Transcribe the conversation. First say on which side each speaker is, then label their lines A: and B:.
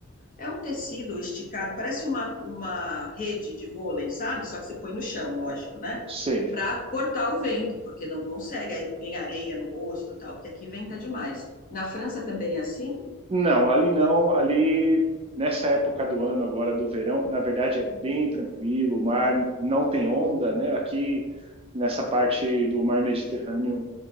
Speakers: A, on the left (about 40°); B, on the right (about 25°).
A: É um tecido esticado, parece uma, uma rede de vôlei, sabe? Só que você põe no chão, lógico, né?
B: sei.
A: Para cortar o vento, porque não consegue. Aí tem areia no rosto, e tal, porque aqui venta demais. Na França também é assim?
B: Não, ali não, ali nessa época do ano agora do verão, na verdade é bem tranquilo, o mar não tem onda, né? Aqui nessa parte do mar Mediterrâneo